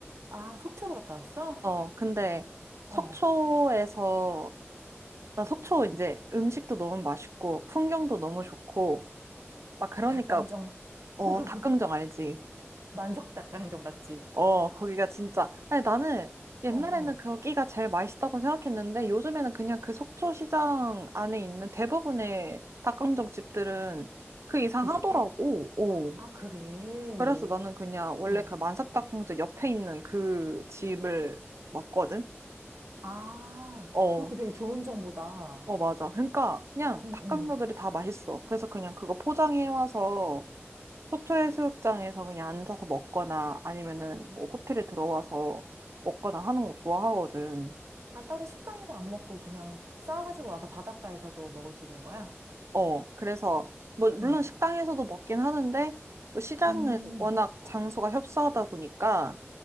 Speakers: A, on the right; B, on the right.
A: 아, 속초로 갔다 왔어?
B: 어, 근데
A: 어.
B: 속초에서, 나 속초 이제 음식도 너무 맛있고, 풍경도 너무 좋고, 막 그러니까,
A: 그 닭강정.
B: 어,
A: <laughs>
B: 닭강정 알지?
A: 만석 닭강정 맞지?
B: 어, 거기가 진짜. 아니, 나는 옛날에는
A: 어, 어.
B: 거기가 제일 맛있다고 생각했는데, 요즘에는 그냥 그 속초 시장 안에 있는 대부분의 닭강정 집들은 그 이상
A: 비슷해?
B: 하더라고. 오.
A: 아, 그래.
B: 그래서 나는 그냥
A: 어.
B: 원래 그 만삭닭강정 옆에 있는 그 집을 먹거든?
A: 아,
B: 어,
A: 그것도 되게 좋은 정보다.
B: 어, 맞아. 그러니까 그냥
A: 응,
B: 닭강정들이
A: 응.
B: 다 맛있어. 그래서 그냥 그거 포장해 와서 속초해수욕장에서 그냥 앉아서 먹거나 아니면은 뭐 호텔에 들어와서 먹거나 하는 거 좋아하거든.
A: 아, 따로 식당에서 안 먹고 그냥 싸가지고 와서 바닷가에서도 먹을 수 있는 거야?
B: 어, 그래서 뭐 물론
A: 응.
B: 식당에서도 먹긴 하는데 뭐 시장은
A: 음,
B: 워낙 장소가 협소하다 보니까